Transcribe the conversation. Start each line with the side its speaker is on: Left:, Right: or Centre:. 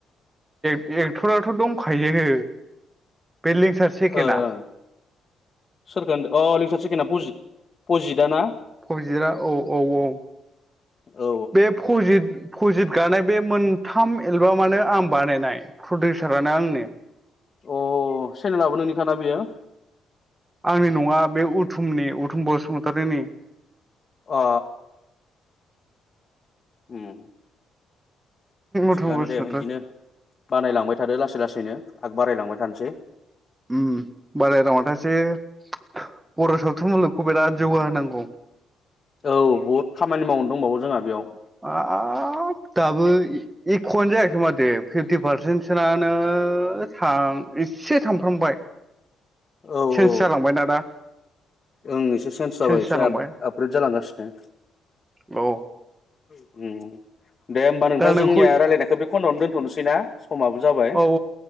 Right: एक्टराथ' दंखायोहो बे लिंसार सेकेनआ।
Left: ओं सोरखौ होनदो अ लिंसार सेकेन्डआ पजित पजितआ ना?
Right: फजितआ औ औ औ
Left: औ
Right: बे फजित पजित गानाय बे मोन्थाम एलबामानो आं बानायनाय प्रडिउसारानो आंनो।
Left: अ चेनेलाबो नोंनिखाना बेयो?
Right: आंनि नङा बे उथुमनि उथुम बसुमतारिनि।
Left: अ <inaudible> ओम।
Right: उथुम
Left: थिगानो
Right: बसुमतारि
Left: दे इदिनो बानायलांबाय थादो लासै लासैनो आग बारायलांबाय थानोसै।
Right: ओम बानायलांबाय थासिगोन। बर' सावथुन मुलुगखौ बिराद जौगाहोनांगौ।
Left: औ बहुद खामानि माव दंबावो जोंहा बेयाव
Right: हाब दाबो इकुवनो जायाखै माथो फिफ्टि पारसेन्टसोनानो थां एसे थांफ्रामबाय।
Left: औ
Right: चेन्स
Left: औ
Right: जालांबायना दा।
Left: ओं एसे सेन्स जाबाय
Right: चेन्ज
Left: एसे
Right: जालांबाय
Left: आप आपग्रेद जालांगासिनो।
Right: औ।
Left: उम। दे होमबा नोंथां
Right: दा
Left: जोंनिया
Right: नोंखौ
Left: रायलायनायखौ बे खनद'यावनो दोनथ'नोसै ना समाबो जाबाय।
Right: औ